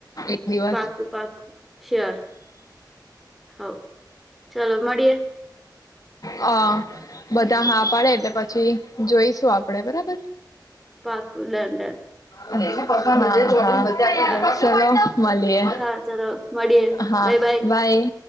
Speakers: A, on the left; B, in the centre.
A: એક દિવસ
B: પાકું પાકું શેર હ ચાલો મળીએે.
A: હા બધ હા પાડે એટલે પછી જોઈશું આપડે બરાબર.
B: પાકું ડન ડન.
A: અને કો <unintelligible> હા
B: સારું
A: ચલો મળલીએ,
B: હા ચલો મળીએ
A: હા
B: બાય
A: બાય.